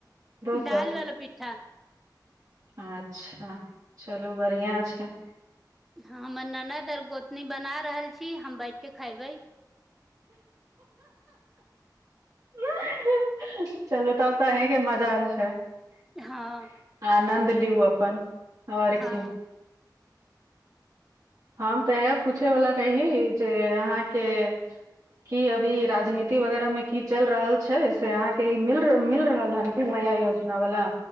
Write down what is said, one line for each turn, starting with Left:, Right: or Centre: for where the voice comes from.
Right: दोसर
Centre: दाल वाला पिठ्ठा
Right: अच्छा चलु बढ़ियाँ छै
Centre: हँ हमर ननद आर गोतनी बना रहल छी हम बैठ के खेबै
Right: <unintelligible> चलु तब तं अंहीं के मजा- <unintelligible>
Centre: हँ
Right: आनन्द लिउ अपन आओर
Centre: हँ
Right: की हम तऽ ईहा पूछे वला रहि जे अहाँके की अभी राजनीति वगैरह मे की चल रहल छै से अहाँके ई मिल मिल रहल हन कि नया योजना वाला